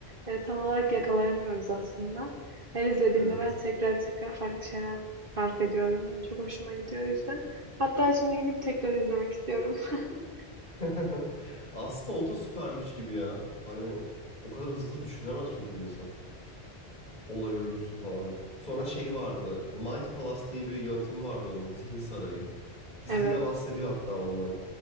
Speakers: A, on the right; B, on the left.
A: e, tam olarak yakalayamıyoruz aslında. Her izlediğimde
B: Evet.
A: ben tekrar tekrar farklı şeyler fark ediyorum. Çok hoşuma gidiyor o yüzden. Hatta şimdi gidip tekrar izlemek istiyorum. <laughs>
B: <laughs> Aslında o da süper güç gibi ya. Hani o kadar hızlı düşünemez çünkü bir insan. Olay örgüsü falan. Sonra şey vardı. Mind Palace diye bir yöntemi vardı onun. Zihin sarayı. Dizide
A: Evet.
B: bahsediyor hatta ondan.